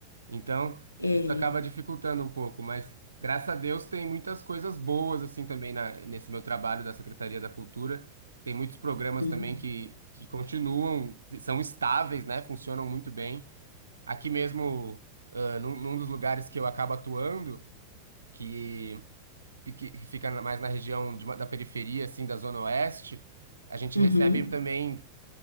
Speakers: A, on the right; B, on the left.
A: Então,
B: É.
A: isso acaba dificultando um pouco, mas graças a Deus tem muitas coisas boas assim também na- nesse meu trabalho da Secretaria da Cultura. Tem muitos programas
B: Hum.
A: também que, que continuam, são estáveis, né? Funcionam muito bem. Aqui mesmo, ah, num, num dos lugares que eu acabo atuando, que, fique- que fica mais na região de uma- da periferia, assim, da Zona Oeste, a gente
B: Uhum.
A: recebe também